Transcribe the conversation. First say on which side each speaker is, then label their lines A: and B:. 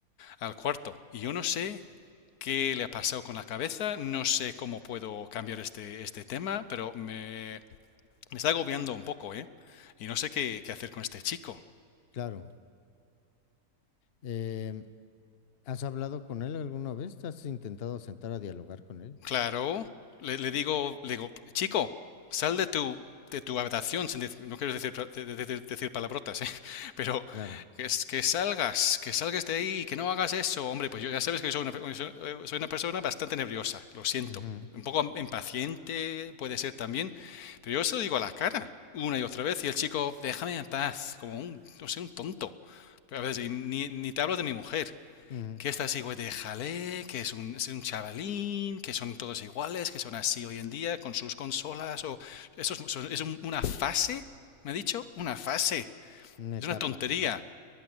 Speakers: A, on the left; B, on the left.
A: al cuarto. Y yo no sé qué le ha pasado con la cabeza, no sé cómo puedo cambiar este, este tema, pero me, me está agobiando un poco, ¿eh? Y no sé qué, qué hacer con este chico.
B: claro. Em, ¿has hablado con él alguna vez? ¿Te has intentado sentar a dialogar con él?
A: Claro, le, le digo, le digo, chico, sal de tu de tu habitación, sin dec- no quiero decir, pa- de- de- de- decir palabrotas, ¿eh? <laughs> Pero
B: Claro.
A: que, es- que salgas, que salgas de ahí, que no hagas eso. Hombre, pues yo ya sabes que soy una, pe- soy eh, soy una persona bastante nerviosa, lo siento.
B: ujú,
A: Un poco am- impaciente puede ser también, pero yo se lo digo a la cara una y otra vez y el chico, déjame en paz, como un, no sé, un tonto. Pero a veces, y ni, ni te hablo de mi mujer
B: ujú,
A: que está así, güey, de jalé, que es un, es un chavalín, que son todos iguales, que son así hoy en día, con sus consolas, o... Eso es, es un- una fase, ¿me ha dicho? Una fase.
B: Una
A: Es
B: etapa,
A: una tontería.
B: ¿no?